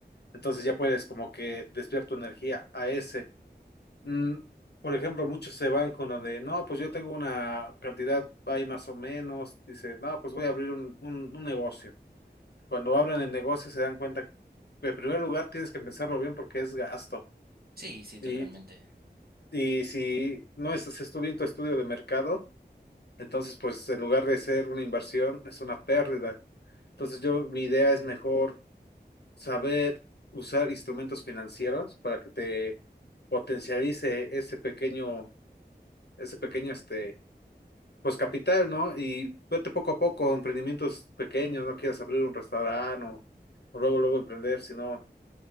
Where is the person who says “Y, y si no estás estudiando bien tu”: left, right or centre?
Left